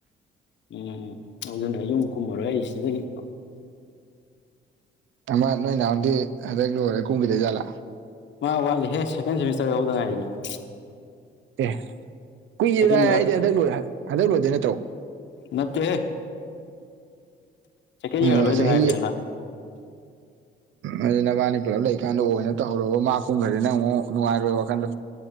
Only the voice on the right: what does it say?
ꯑꯃ ꯅꯣꯏ ꯅꯍꯥꯟꯗꯤ ꯍꯗꯛ ꯂꯣꯏꯔꯒ ꯀꯨꯝꯒꯤ ꯂꯩꯖꯥꯠꯂꯥ꯫
ꯑꯦ ꯀꯨꯏꯌꯦꯦꯗ
ꯑꯩꯗꯤ ꯍꯟꯗꯛ ꯂꯣꯏ ꯍꯟꯗꯛ ꯂꯣꯏꯗꯣꯏ ꯅꯠꯇ꯭ꯔꯣ
ꯑꯣ
ꯆꯍꯤ
ꯎꯝ ꯅꯕꯥꯅꯤ ꯄꯨꯂꯞ ꯂꯩꯀꯥꯟꯗ ꯑꯣꯏꯅ ꯇꯧꯔꯕ ꯃꯥ ꯀꯨꯝꯈ꯭ꯔꯗꯤ ꯅꯪ ꯑꯃꯨꯛ ꯅꯨꯡꯉꯥꯏꯔꯣꯏ ꯋꯥꯈꯟꯗꯣ